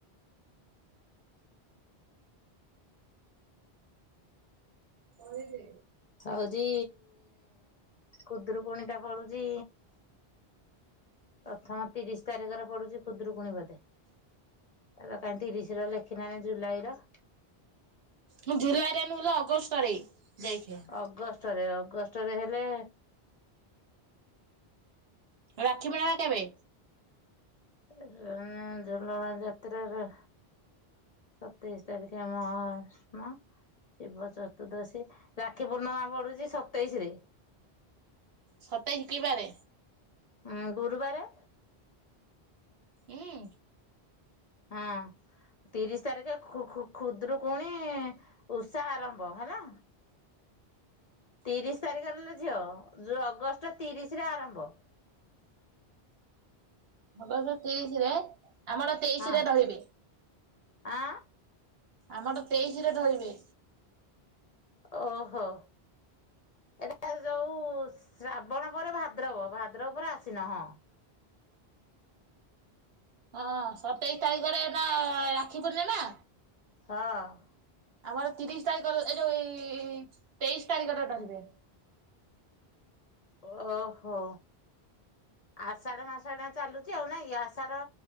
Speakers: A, on the right; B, on the left.
A: କହିଲି।
B: ହଉଚି ଖୁଦୁରୁକୁଣି ଟା ପଡୁଚି ପ୍ରଥମ ତିରିଶ ତାରିଖରେ ପଡୁଚିତ ଖୁଦୁରୁକୁଣି ବଧେ। ଏରା କାହିଁ ତିରିଶ ର ଲେଖିନାହଁ ଜୁଲାଇର।
A: ହୁଁ ଜୁଲାଇ ରେ ନୁହେଁ ଲୋ ଅଗଷ୍ଟ ରେ ଦେଖେ।
B: ଅଗଷ୍ଟରେ ଅଗଷ୍ଟରେ ହେଲେ
A: ରାକ୍ଷୀ ପୂର୍ଣ୍ଣମା କେବେ?
B: ଉଁ ଝୁଲଣ ଯାତ୍ରାରେ ସତେଇଶି ତାରିଖ ଆମ ମ ଶିବ ଚତୁଦର୍ଶି ରାକ୍ଷୀ ପୂର୍ଣ୍ଣମା ପଢୁଛି ସତେଇସି ରେ।
A: ସତେଶି କିବାରେ।
B: ଆଁ ଗୁରୁବାରେ।
A: ହୁଁ।
B: ହଁ। ତିରିଶ ତାରିଖ ଖୁ ଖୁ ଖୁ ଖୁଦୁରୁକୁଣି ଉଷା ଆରମ୍ଭ ହେଲା। ତିରିଶ ତାରିଖରେ ଲୋ ଝିଅ ଯୋଉ ଅଗଷ୍ଟ ତିରିସି ରେ ଆରମ୍ଭ।
A: ଅଗସ ତିରିସି ରେ ଆମର ତେଇଶି
B: ହଁ
A: ରେ ଧଇବେ।
B: ଆଁ
A: ଆମଟ୍ ତେଇଶିରେ ଧରିବେ।
B: ଓହୋ। ଏରା ଯୋଉ ଶ୍ରାବଣ ପରେ ଭାଦ୍ରବ ଭାଦ୍ରବ ପରେ ଆସିନ ହଁ।
A: ହଁ ସତେଇଶ ତାରିଖରେ ହେନା ରାକ୍ଷୀ ପୂର୍ଣ୍ଣମା।
B: ହଁ।
A: ଆମର ତିରିଶ ତାରିଖ ର ଏ ଯୋଉ ଏଇ ତେଇଶି ତାରିଖ ରେ ଧରିବେ।
B: ଓହୋ। ଆଷାଢ ମାସ ଟା ଚାଲୁଚି ଆଉ ନାଇଁ ଆଷାଢ